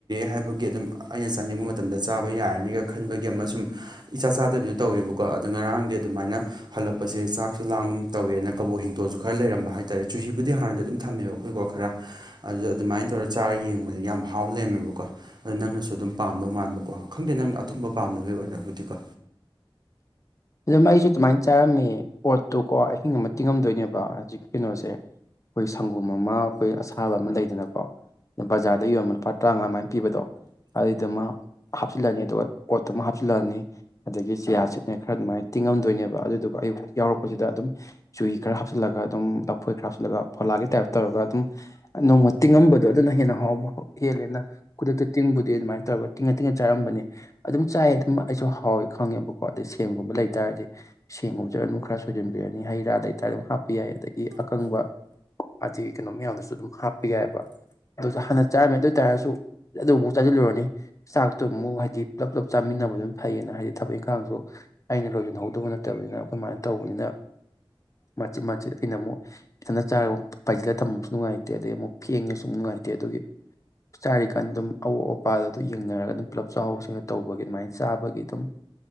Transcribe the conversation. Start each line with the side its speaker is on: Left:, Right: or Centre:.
Right: ꯍꯥꯏꯕꯒꯤ ꯑꯗꯨꯝ ꯑꯩꯅ ꯆꯥꯅꯤꯡꯕ ꯃꯇꯝꯗ ꯆꯥꯕ ꯌꯥꯔꯅꯤꯒ ꯈꯟꯕꯒꯤ ꯑꯃꯁꯨꯡ ꯏꯆꯥ ꯆꯥꯗꯕꯤꯗ ꯇꯧꯋꯦꯕꯀꯣ ꯑꯗꯣ ꯉꯔꯥꯡꯗꯤ ꯑꯗꯨꯃꯥꯏꯅ ꯍꯜꯂꯛꯄꯁꯦ ꯆꯥꯛꯁꯨ ꯂꯥꯡꯒꯨꯝ ꯇꯧꯋꯦꯅ ꯀꯕꯣꯛ ꯍꯤꯡꯇꯣꯜꯁꯨ ꯈꯔ ꯂꯩꯔꯝꯕ ꯍꯥꯏꯇꯥꯥꯔꯦ ꯆꯨꯍꯤꯕꯨꯗꯤ ꯍꯥꯟꯅꯗꯤ ꯑꯗꯨꯝ ꯊꯝꯃꯦꯕꯀꯣ ꯑꯩꯈꯣꯏꯀꯣ ꯈꯔ ꯑꯗꯨꯗ ꯑꯗꯨꯃꯥꯏꯅ ꯇꯧꯔꯒ ꯆꯥꯔꯒ ꯌꯦꯡꯉꯨꯕꯗ ꯌꯥꯝ ꯍꯥꯎ ꯂꯩꯔꯝꯃꯦꯕꯀꯣ ꯀꯣ ꯑꯗꯨ ꯅꯪꯅꯁꯨ ꯑꯗꯨꯝ ꯄꯥꯝꯗꯧ ꯃꯥꯟꯕ ꯀꯣ ꯈꯪꯗꯦ ꯅꯪꯅ ꯑꯊꯨꯝꯕ ꯄꯥꯝꯗꯅꯕꯒꯤ ꯑꯣꯏꯔꯕꯨꯗꯤꯀꯣ
Left: ꯑꯗꯨꯗ ꯃ ꯑꯩꯁꯨ ꯑꯗꯨꯃꯥꯏꯅ ꯆꯥꯔꯝꯃꯤ ꯄꯣꯠꯇꯨꯀꯣ ꯑꯍꯤꯡ ꯑꯃ ꯇꯤꯡꯉꯝꯗꯣꯏꯅꯦꯕ ꯍꯧꯖꯤꯛ ꯀꯩꯅꯣꯁꯦ ꯑꯩꯈꯣꯏ ꯁꯪꯒꯣꯝ ꯑꯃ ꯑꯩꯈꯣꯏ ꯑꯁꯥꯕ ꯑꯃ ꯂꯩꯗꯅꯀꯣ ꯖꯥꯔꯗ ꯌꯣꯟ ꯂꯨꯄꯥ ꯇꯔꯥꯃꯉꯥꯃꯥꯏ ꯄꯤꯕꯗꯣ ꯑꯗꯨꯏꯗꯨꯃ ꯍꯥꯞꯆꯤꯜꯂꯅꯤ ꯑꯗꯨꯒ ꯑꯣꯠꯇꯨꯃ ꯍꯥꯞꯆꯤꯜꯂꯅꯤ ꯑꯗꯒꯤ ꯆꯤꯌꯥꯔ ꯁꯤꯠꯅ ꯈꯔ ꯑꯗꯨꯃꯥꯏꯅ ꯇꯤꯡꯉꯝꯗꯣꯏꯅꯦꯕ ꯑꯗꯨꯗꯨꯒ ꯑꯌꯨꯛ ꯌꯥꯎꯔꯛꯄꯁꯤꯗ ꯑꯗꯨꯝ ꯆꯨꯏ ꯈꯔ ꯍꯥꯞꯆꯤꯜꯂꯒ ꯑꯗꯨꯝ ꯂꯐꯣꯏ ꯈꯔ ꯍꯥꯞꯆꯤꯜꯂꯒ ꯐꯣꯂꯥꯒꯤ ꯇꯥꯏꯞ ꯇꯧꯔꯒ ꯑꯗꯨꯝ ꯅꯣꯡꯃ ꯇꯤꯡꯉꯝꯕꯗꯣ ꯑꯗꯨꯅ ꯍꯦꯟꯅ ꯍꯥꯎꯕ ꯍꯦꯜꯂꯦꯅ ꯈꯨꯗꯛꯇ ꯇꯤꯡꯕꯨꯗꯤ ꯑꯗꯨꯃꯥꯏꯅ ꯇꯧꯔꯒ ꯇꯤꯡꯉ ꯇꯤꯡꯉ ꯆꯔꯝꯕꯅꯤ ꯑꯗꯨꯝ ꯆꯥꯏ ꯑꯗꯨꯝ ꯑꯩꯁꯨ ꯍꯥꯎꯋ ꯈꯪꯉꯦꯕꯀꯣ ꯑꯗꯩ ꯁꯦꯝꯒꯨꯝꯕ ꯂꯩꯇꯥꯥꯔꯗꯤ ꯁꯦꯡꯒꯨꯝꯖ ꯑꯗꯨꯝ ꯈꯔ ꯁꯣꯏꯖꯟꯕꯤꯔꯅꯤ ꯍꯩ ꯔꯥ ꯂꯩꯇꯔ ꯑꯗꯨꯝ ꯍꯥꯞꯄ ꯌꯥꯏ ꯑꯗꯒꯤ ꯑꯀꯪꯕ ꯑꯩ ꯀꯩꯅꯣ ꯃꯌꯥꯝꯗꯁꯨ ꯑꯗꯨꯝ ꯍꯥꯞꯄ ꯌꯥꯏꯑꯕ ꯑꯗꯨ ꯍꯥꯟꯅ ꯆꯥꯔꯝꯃꯦ ꯑꯗꯨ ꯑꯣꯏꯇꯥꯔꯁꯨ ꯑꯗꯨꯐꯥꯎꯛ ꯆꯥꯁꯤꯜꯂꯨꯔꯅꯤ ꯆꯥꯛꯇꯨ ꯑꯃꯨꯛ ꯍꯥꯏꯗꯤ ꯄꯨꯂꯞ ꯄꯨꯂꯞ ꯆꯥꯃꯤꯟꯅꯕꯗꯨꯝ ꯐꯩꯌꯦꯅ ꯍꯥꯏꯗꯤ ꯊꯕꯛ ꯏꯪꯈꯥꯡꯁꯨ ꯑꯩꯅ ꯂꯣꯏꯁꯤꯟꯍꯧꯗꯧꯕ ꯅꯠꯇꯕꯅꯤꯅ ꯑꯩꯈꯣꯏꯃꯥꯏꯅ ꯇꯧꯕꯅꯤꯅ ꯃꯆꯦꯠ ꯃꯆꯦꯠ ꯑꯩꯅ ꯑꯃꯨꯛ ꯈꯤꯇꯅ ꯆꯥꯔ ꯑꯃꯛ ꯄꯥꯏꯖꯤꯜꯂ ꯇꯝꯕꯁꯨ ꯅꯨꯡꯉꯥꯏꯇꯦ ꯑꯗꯩ ꯑꯃꯨꯛ ꯐꯦꯡꯉꯦꯁꯨ ꯁꯨꯝ ꯅꯨꯡꯉꯥꯏꯇꯦ ꯑꯗꯨꯒꯤ ꯆꯥꯔꯤꯀꯥꯟ ꯑꯗꯨꯝ ꯑꯋꯥꯣꯠ ꯑꯄꯥꯗ ꯑꯗꯨ ꯌꯦꯡꯅꯔꯒ ꯑꯗꯨꯝ ꯄꯨꯂꯞ ꯆꯥꯛꯍꯥꯎꯁꯤꯡꯦꯡꯅ ꯇꯧꯕꯒꯤ ꯑꯗꯨꯃꯥꯏꯅ ꯆꯥꯕꯒꯤ ꯑꯗꯨꯝ